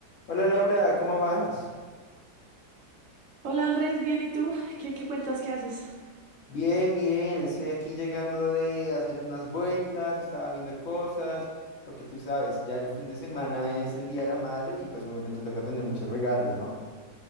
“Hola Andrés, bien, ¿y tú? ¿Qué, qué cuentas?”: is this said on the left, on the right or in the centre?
Right